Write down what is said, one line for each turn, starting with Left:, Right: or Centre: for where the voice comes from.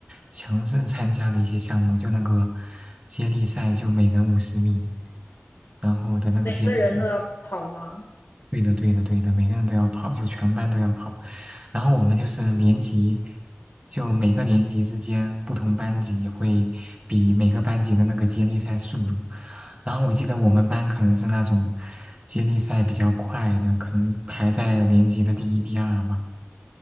Right: 强制参加的一些项目，就那个接力赛，就每人五十米，然后的那个接力赛，
Left: 每个人都要跑吗？
Right: 对的对的对的，每个人都要跑，就全班都要跑。然后我们就是年级，就每个年级之间不同班级会比每个班级的那个接力赛速度。然后我记得我们班可能是那种接力赛比较快的，可能排在年级的第一、第二吧。